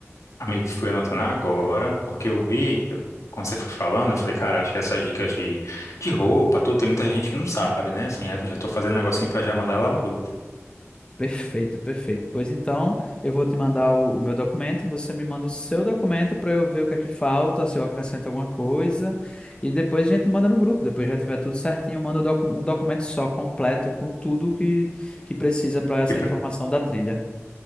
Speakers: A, on the left; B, on the left.
A: Amigo, fui anotando agora, porque eu vi, eu- quando você foi falando, eu falei, cara, acho que essas dicas de, de roupa, tudo, tem muita gente que não sabe, né? Assim, aí eu já tô fazendo um negocinho pra já mandar lá no grupo.
B: Perfeito, perfeito. Pois então, eu vou te mandar o, o meu documento, você me manda o seu documento para eu ver o que é que falta, se eu acrescento alguma coisa, e depois a gente manda no grupo. Depois já tiver tudo certinho, manda o docu- um documento só, completo, com tudo que, que precisa para essa
A: Que pro-
B: informação da trilha.